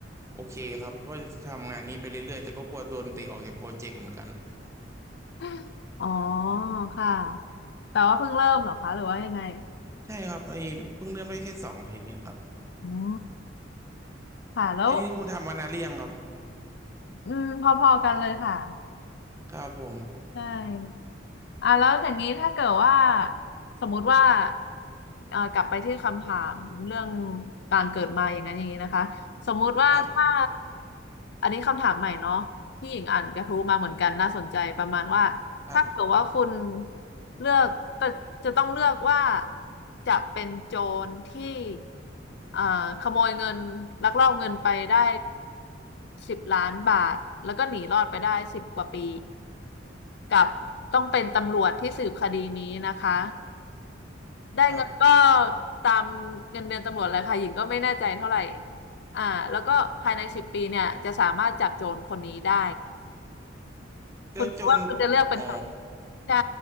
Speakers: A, on the right (about 15°); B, on the left (about 60°).
A: โอเคครับว่าจะทำงานนี้ไปเรื่อยๆแต่ก็กลัวโดนเตะออกจากโปรเจกต์เหมือนกัน
B: <laughs> อ๋อค่ะแต่ว่าเพิ่งเริ่มเหรอคะหรือว่ายังไง
A: ใช่ครับไอ้เพิ่งเริ่มได้แค่สองอาทิตย์เองครับ
B: อ๋อค่ะแล้ว
A: อันนี้คุณทำมานานหรือยังครับ
B: อืมพอๆกันเลยค่ะ
A: ครับผม
B: ใช่อ่ะแล้วอย่างนี้ถ้าเกิดว่าสมมุติว่าเอ่อกลับไปที่คำถามเรื่องการเกิดมาอย่างนั้นอย่างนี้นะคะ สมมุติว่าถ้า
A: ครับ
B: อันนี้คำถามใหม่เนาะที่หญิงอ่านกระทู้มาเหมือนกันน่าสนใจประมาณว่า
A: ครับ
B: ถ้าเกิดว่าคุณเลือกแต่จะต้องเลือกว่าจะเป็นโจรที่เอ่อขโมยเงินลักลอบเงินไปได้สิบล้านบาทแล้วก็หนีรอดไปได้สิบกว่าปีกับต้องเป็นตำรวจที่สืบคดีนี้นะคะได้เงินก็
A: ครับ
B: ตามเงินเดือนตำรวจเลยค่ะหญิงก็ไม่แน่ใจเท่าไหร่อ่าแล้วก็ภายในสิบปีเนี่ยจะสามารถจับโจรคนนี้ได้
A: แล้วจน
B: คุณคิดว่าคุณจะเลือกเป็นใคร
A: อ๋อ
B: ใช่